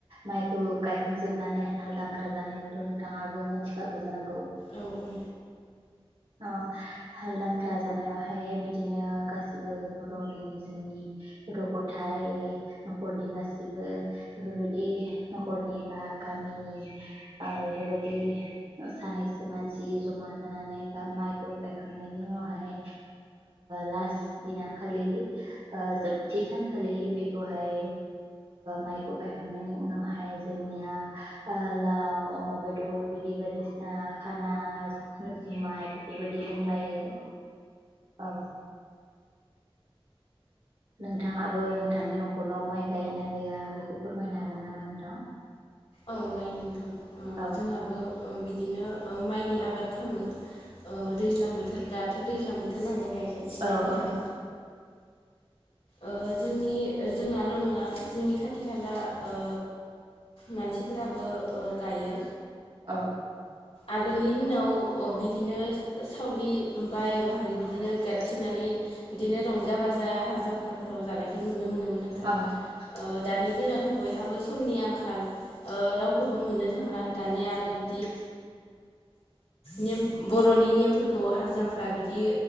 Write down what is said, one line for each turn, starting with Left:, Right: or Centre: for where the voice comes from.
Right: माइखौ गायखांजोबनानै हाल दांख्रा जानायखौथ नोंथाङा बो मोनथिखागौ जानांगौ
Left: औ औ
Right: अ हालदांख्रा जानायावहाय बिदिनो गासिबो बरनि जोंनि गथ गथाय नखरनि गाैबो बेफोरबायदि नखरनि बा गामिनि ओ बेफोरबायदि दि सानैसो मानसि जमा जानानै माइखौ गायखांनायनि उनावहाय लास दिना खालि जोबथि सानखालि बेखौहाय माइखौ गायखांनायनि उनावहाय जोंनिया लाव अमा बेद दर बिदि बायदिसिना खाना जुमाय बेफोरबायदि लोंलायो औ नोंथाङाबो नोंथांनि नखराव माइ गायोना गैया बेखौ फोरमायनो हागोन नामा नोंथां?
Left: औ गायो नोंथां ओ
Right: औ
Left: जोंहाबो ओ बिदिनो ओ माइनि आबाद खालामो ओ दैज्लां बोथोर दाथ दैज्लां बोथोर नालाय गाय गासिनो
Right: औ
Left: नोंथां।
Right: औ
Left: ओ जोंनि जोंङाल नङा जोंनि खाथि खाला ओ मानसिफोराबो ओ गायो
Right: औ
Left: आगोलनि दिनाव बिदिनो सावलि ओम बाय बाहागि बिदिनो गायथिंनानै बिदिनो रंजा बाजा हाल जां फोराव जानायखौ नुनो मोनोमोन नोंथां।
Right: औ
Left: दानि दिनाव बयहाबो समनि आंखाल ओ रावखौबो मोननो थांला दानिया आरो बिदिओ नेम बर'नि नेमफोरखौ हाल जांख्रा बिदि